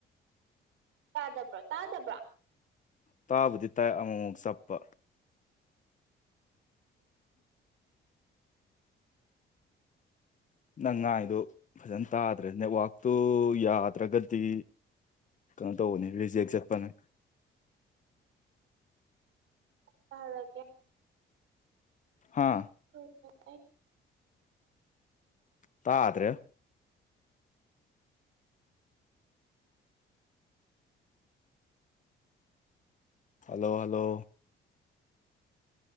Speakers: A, on the right (about 85°); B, on the left (about 40°).
A: ꯇꯥꯗꯕ꯭ꯔꯣ ꯇꯥꯗꯕ꯭ꯔꯥ
B: ꯇꯥꯕꯨꯗꯤ ꯇꯥꯏ ꯑꯃꯨꯃꯨꯛ ꯆꯞꯄ ꯅꯪ ꯉꯥꯏꯗꯣ ꯐꯖꯅ ꯇꯥꯗ꯭ꯔꯦ ꯅꯦꯠꯋꯥꯛꯇꯨ ꯌꯥꯗ꯭ꯔꯒꯗꯤ ꯀꯩꯅꯣ ꯇꯧꯕꯅꯤ ꯔꯤꯖꯦꯛ ꯆꯠꯄꯅꯦ
A: ꯐ ꯂꯒꯦ
B: ꯍꯥꯥ
A: ꯀ
B: ꯇꯥꯗ꯭ꯔꯦ ꯍꯜꯂꯣ ꯍꯜꯂꯣ